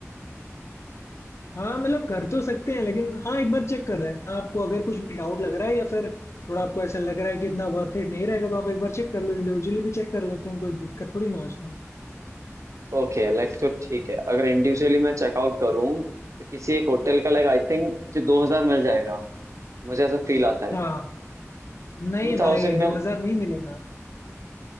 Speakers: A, on the left; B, on the right.
A: हाँ मतलब कर तो सकते हैं लेकिन हाँ एक बार चेक कर रहे हैं आपको अगर कुछ भी डाउट लग रहा है या फिर थोड़ा आपको ऐसा लग रहा है कि इतना वर्थ इट नहीं रहेगा तो आप एक बार चेक कर लो इंडिविजुअली भी चेक कर लेते हैं कोई दिक्कत थोड़ी ना है उसमें
B: ओके लाइक तो ठीक है अगर इंडिविजुअली मैं चेकआउट करूँ तो किसी एक होटल का लाइक आई थिंक मुझे दो हजार मिल जाएगा मुझे ऐसा फील आता है
A: हाँ नहीं
B: टू थाउजेंड
A: भाई
B: में
A: दो
B: हम
A: हजार नहीं मिलेगा